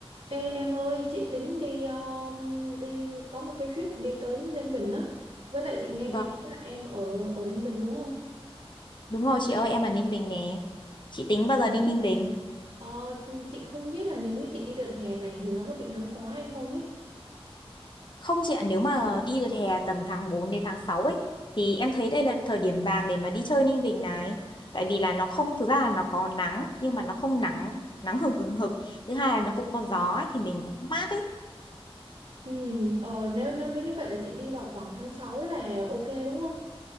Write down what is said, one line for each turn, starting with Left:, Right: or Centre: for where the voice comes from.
Right: Ê em ơi, chị tính đi um, đi có một cái trip đi tới Ninh Bình á. Với lại chị nghe
Left: Vâng,
Right: nghe nói là em ở ở Ninh Bình đúng không?
Left: đúng rồi chị ơi, em ở Ninh Bình nè. Chị tính bao giờ đi Ninh Bình?
Right: Ờ, chị không biết là nếu như chị đi đợt hè này thì nó có bị nắng quá hay không ấy.
Left: Không chị ạ, nếu mà đi được hè tầm tháng 4 đến tháng 6 ấy, thì em thấy đây là thời điểm vàng để mà đi chơi Ninh Bình này. Tại vì là nó không, thực ra là nó có nắng, nhưng mà nó không nắng, nắng hừng hừng hực. Thứ hai là nó cũng có gió ấy, thì mình cũng mát ấy.
Right: Ừ, ờ, nếu, nếu nếu như vậy là chị đi vào khoảng tháng 6 là ok đúng không?